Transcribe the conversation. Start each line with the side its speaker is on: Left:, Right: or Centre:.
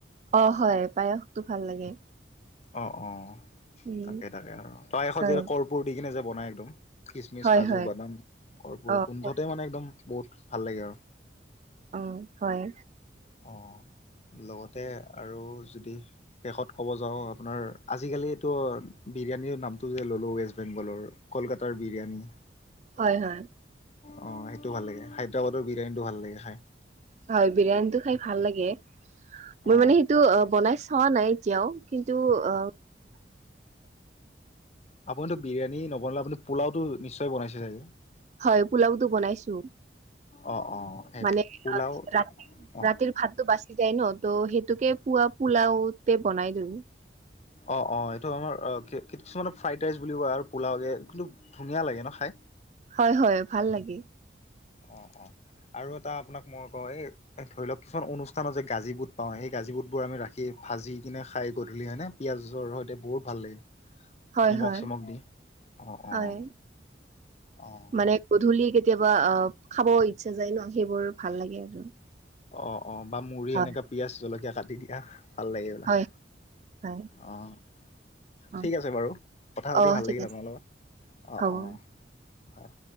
Right: অ হয় পায়সতো ভাল লাগে
Left: অ অ
Right: উম
Left: তাকে তাকে আৰু পায়সত
Right: হয়
Left: যে কৰ্পূৰ দি কিনে যে বনাই একদম খিচমিচ
Right: হয়
Left: কাজু
Right: হয়
Left: বাদাম কৰ্পোৰ
Right: অ
Left: গোন্ধতে
Right: হয়
Left: মানে একদম বহুত ভাল লাগে আৰু
Right: অ হয়
Left: অ লগতে আৰু যদি শেষত ক'ব যাওঁ আপোনাৰ আজিকালি এইতো বিৰিয়ানীৰ নামটো যে ল'লো ৱেষ্ট বেংগলৰ কলকাতাৰ বিৰিয়ানী
Right: হয় হয়
Left: অ সেইটো ভাল লাগে হায়দৰাবাদৰ বিৰিয়ানীটো ভাল লাগে খাই
Right: হয় বিৰিয়ানীটো খাই ভাল লাগে মোৰ
Left: অ
Right: মানে সেইটো অ বনাই চোৱা নাই এতিয়াও কিন্তু অ
Left: আপুনিতো বিৰিয়ানি নবনালে আপুনি পোলাওটো নিশ্চয় বনাইছে চাগে
Right: হয় পোলাওটো বনাইছো
Left: অ অ সেই
Right: মানে
Left: পোলাও
Right: ৰা
Left: অ
Right: ৰাতিৰ ভাতটো বাচি যাই ন ত' সেইটোকে পোৱা পোলাওতে বনাই দিওঁ
Left: অ অ এইটো আমাৰ কিছুমানে ফ্ৰাইড ৰাইচ বুলিও কয় আৰু পোলাওকে কিন্তু ধুনীয়া লাগে ন খাই
Right: হয় হয় ভাল লাগে
Left: অ অ আৰু এটা আপোনাক মই কওঁ এই এ ধৰি লওক কিছুমান অনুষ্ঠানত যে গাজী বুট পাওঁ সেই গাজী বুট বোৰ আমি ৰাখি ভাজি কিনে খাই গধূলি হয়নে পিয়াঁজৰ সতে বহুত ভাল লাগে
Right: হয়
Left: নিমখ
Right: হয়
Left: চিমখ দি অ',
Right: হয়
Left: অ', অ'।
Right: মানে গধূলি কেতিয়াবা আহ খাব ইচ্ছা যায় ন সেইবোৰ ভাল লাগে আৰু
Left: অঁ অঁ বা মুড়ি
Right: হয়
Left: এনেকে পিয়াঁজ, জলকীয়া কাটি দিয়া ভাল লাগে এইবিলাক।
Right: হয় হয়
Left: অঁ!
Right: অ
Left: ঠিক আছে বাৰু! কথা পাতি
Right: অ
Left: ভাল
Right: ঠিক
Left: লাগিল
Right: আছে
Left: আপোনাৰ লগত। অঁ
Right: হ'ব
Left: অঁ! হয়!